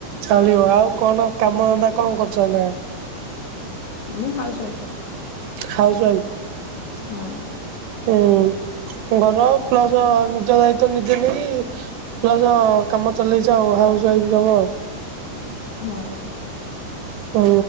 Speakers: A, on the right (about 80°); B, on the left (about 55°).
A: ଚାଳିବ ଆଉ କଣ କାମ ଧନ୍ଦା କଣ କରୁଛ ଏଇନା।
B: ମୁଁ ହାଉସ ୱାଇଫ୍।
A: ହାଉସୱାଇଫ୍।
B: ହୁଁ।
A: ହୁଁ ଘର ର ପ୍ଲସ ନିଜ ଦାୟିତ୍ୱ ନିଜେ ନେଇ ପ୍ଲ ସ କାମ ଚଲେଇଚ ଆଉ ହାଉସ ୱାଇଫ କାମ।
B: ହୁଁ।
A: ହୁଁ।